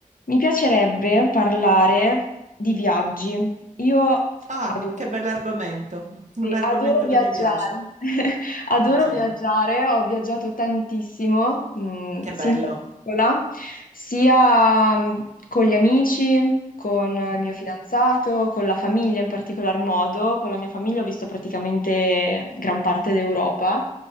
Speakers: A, on the left; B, on the right.
A: Mi piacerebbe parlare di viaggi. Io
B: Ah,
A: adoro
B: che bell'argomento, un
A: sì,
B: argomento
A: adoro viaggiare,
B: che mi piace,
A: <laughs> adoro
B: anch'io.
A: viaggiare, ho viaggiato tantissimo, mh,
B: Che
A: sin
B: bello.
A: da piccola, sia mh, con gli amici, con il
B: Mhm,
A: mio fidanzato, con la famiglia in particolar modo, con la mia famiglia ho visto praticamente gran parte d'Europa